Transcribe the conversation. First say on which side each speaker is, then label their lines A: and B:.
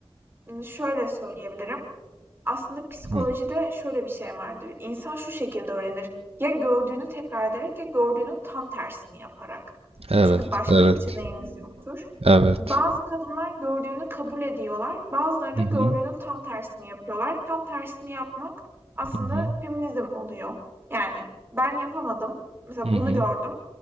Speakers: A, on the right (about 25°); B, on the right (about 80°).
A: şöyle söyleyebilirim. Aslında psikolojide
B: hı.
A: şöyle bir şey vardır. İnsan şu şekilde öğrenir. Ya gördüğünü tekrar ederek ya gördüğünün tam tersini yaparak.
B: Evet
A: Çünkü başka
B: evet
A: seçeneğimiz yoktur.
B: evet.
A: Bazı kadınlar gördüğünü kabul ediyorlar. Bazıları
B: Hı
A: da
B: hı
A: gördüğünün tam tersini yapıyorlar. Tam tersini yapmak aslında
B: hı hı
A: feminizm oluyor. Yani ben yapamadım. Mesela
B: hı
A: bunu
B: hı
A: gördüm.